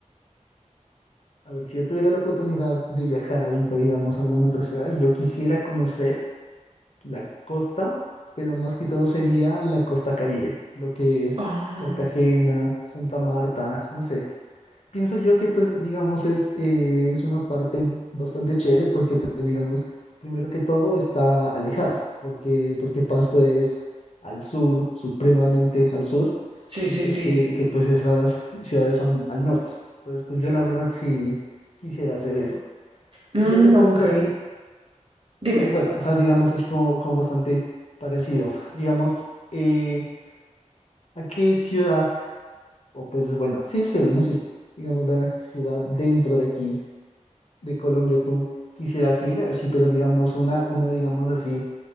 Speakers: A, on the left; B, on the right.
A: A ver, si yo tuviera la oportunidad de viajar ahorita, digamos, a alguna otra ciudad, y yo quisiera conocer la costa, pero más que todo sería la costa Caribe, lo que es
B: Ah,
A: Cartagena, Santa Marta, no sé, pienso yo que pues digamos es, eh, es una parte bastante chévere porque pues digamos, primero que todo está alejado, porque, porque Pasto es al sur, supremamente al sur,
B: sí,
A: mientras
B: sí, sí.
A: que, que pues esas ciudades son al norte. Entonces pues yo la verdad sí quisiera hacer eso.
B: Mm,
A: Yo te pregunto
B: ok.
A: a ti,
B: Dime.
A: si bueno, o sea, digamos así como, como bastante parecido, digamos, eh, ¿a qué ciudad, o pues bueno, sí, sí, bueno, sí, digamos la ciudad dentro de aquí? de Colombia tú quisieras ir, así, pero digamos una, una digamos así,